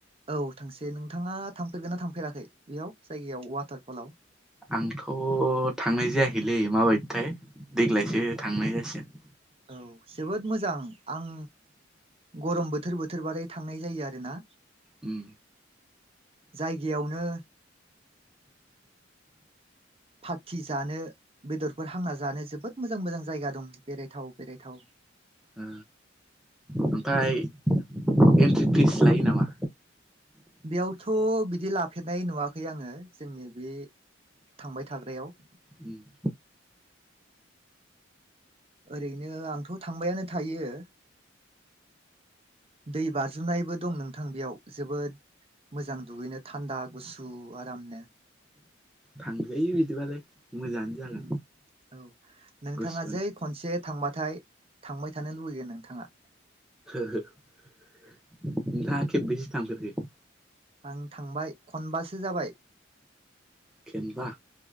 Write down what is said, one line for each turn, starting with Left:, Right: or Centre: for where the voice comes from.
Right: औ थांसै नोंथाङा थांफेरगोन ना थांफेराखै बेयाव जायगायाव वाटार फलाव
Centre: आंथ' थांनाय जायाखैलै माबायदिथाय देग्लायसो
Right: औ
Centre: थांनाय जासिगोन
Right: औ जोबोद मोजां आं गरम बोथोर बोथोरबाथाय थांनाय जायो आरोना
Centre: उम
Right: जायगायावनो पार्टि जानो बेदरफोर हांना जानो जोबोद मोजां मोजां जायगा दं बेरायथाव बेरायथाव
Centre: ओ ओमफ्राय एन्ट्रि फिस लायो नामा?
Right: बेयावथ' बिदि लाफेरनाय नुवाखै आङो जोंनि बे थांबाय थाग्रायाव
Centre: उम
Right: ओरैनो आंथ' थांबायानो थायो दै बाजुनायबो दं नोंथां बेयाव जोबोद मोजां दुगैनो थान्दा गुसु आरामनो
Centre: थांजायो बिदिबालाय मोजाङानो जागोन
Right: उम औ नोंथाङा
Centre: गुसुनो
Right: जै खनसे थांबाथाय थांबाय थानो लुुबैगोन नोंथाङा
Centre: हो हो नोंथाङा खेबबेसे थांफेरखो
Right: आं थांबाय खनबासो जाबाय
Centre: खेनबा